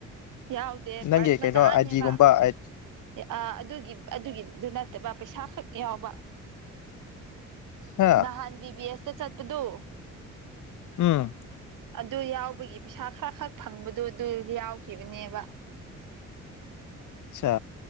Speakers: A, on the right; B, on the left.
A: ꯌꯥꯎꯗꯦ
B: ꯅꯪꯒꯤ
A: ꯄꯔꯁ ꯃꯆꯥꯅꯦꯕ
B: ꯀꯩꯅꯣ ꯑꯥꯏꯗꯤꯒꯨꯝꯕ ꯑꯥ ꯑꯥꯏꯇ
A: ꯑ ꯑꯗꯨꯒꯤ ꯑꯗꯨꯒꯤꯗꯨ ꯅꯠꯇꯕ ꯄꯩꯁꯥ ꯈꯛ ꯌꯥꯎꯕ
B: ꯍꯥ
A: ꯅꯍꯥꯟꯒꯤ ꯕꯤ ꯑꯦꯁꯇ ꯆꯠꯄꯗꯨ
B: ꯎꯝ
A: ꯑꯗꯨ ꯌꯥꯎꯕꯒꯤ ꯄꯩꯁꯥ ꯈꯔ ꯈꯛ ꯐꯪꯕꯗꯣ ꯑꯗꯨ ꯌꯥꯎꯈꯤꯕꯅꯦꯕ꯫
B: ꯑꯆꯥ